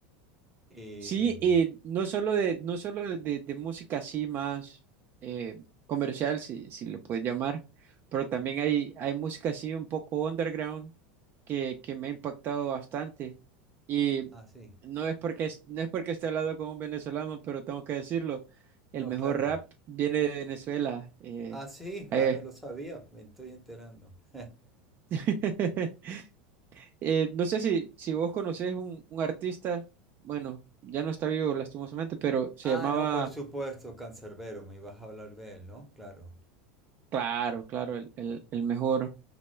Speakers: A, in the centre; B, on the right.
A: Y,
B: Sí,
A: mm,
B: y no solo de, no solo de, de música así más eh, comercial, si, si lo puedes llamar, pero también hay, hay música así un poco underground que, que me ha impactado bastante. Y
A: ah, sí.
B: no es porque, es- no es porque esté hablando con un venezolano, pero tengo que decirlo, el
A: No,
B: mejor
A: claro.
B: rap viene de Venezuela. eh,
A: Ah, sí,
B: eh.
A: ah, no lo sabía, me estoy enterando. <laughs>
B: <laughs> Eh, no sé si, si vos conocés un, un artista, bueno, ya no está vivo lastimosamente, pero se
A: Ah,
B: llamaba...
A: no, por supuesto, Cancerbero, me ibas a hablar de él, ¿no? Claro.
B: Claro, claro, el, el, el mejor.